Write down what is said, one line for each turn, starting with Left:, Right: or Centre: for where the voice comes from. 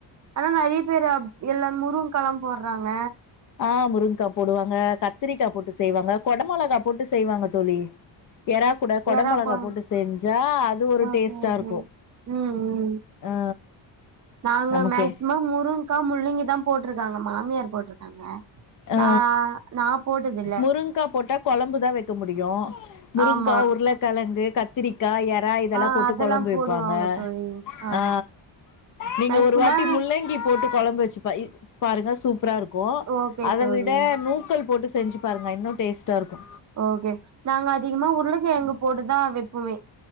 Right: ஆனா நெறைய பேர் எல்லா முருங்க்காலா போடுறாங்க
Left: ஆ முருங்கா போடுவாங்க கத்திரிக்கா போட்டு செய்வாங்க குடமொளகாய் போட்டு செய்வாங்க தோழி எறா கூட கொட
Right: எறா
Left: மிளகா
Right: கொழம்பு
Left: போட்டு செஞ்சா அது ஒரு
Right: ஓகே
Left: டேஸ்ட்டாருக்கு
Right: ஓகே ம் ம்
Left: ஆ
Right: நாங்க
Left: நமக்கே
Right: மேக்சிமம் முருங்காய் முள்ளங்கி தா போட்ருக்காங்க மாமியார் போட்ருக்காங்க
Left: ஆ
Right: நா நா போட்டதில்ல
Left: முருங்கா போட்டா கொழம்புதா வைக்க முடியு முருங்க்கா
Right: ஆமா
Left: உருளக்கெழங்கு கத் திரிக்காய் எறா இதெல்லா
Right: ஆ
Left: போட்டு
Right: அதெல்லா
Left: கொழம்பு
Right: போடுவாங்க
Left: வைப்பாங்க
Right: தோழி ஆமா
Left: ஆ நீங்க
Right: மேக்சிமம்
Left: ஒரு வாட்டி முள்ளங்கி போட்டு கொழம்பு வெச்சு பாய் பாருங்க சூப்பராருக்கு
Right: ஓகே
Left: அத
Right: தோழி
Left: விட நூக்கல் போட்டு செஞ்சு பாருங்க இன்னு டேஸ்ட்டாருக்கு
Right: ஓகே நாங்க அதிகமா உருளக்கெழங்கு போட்டுதா வைப்பமே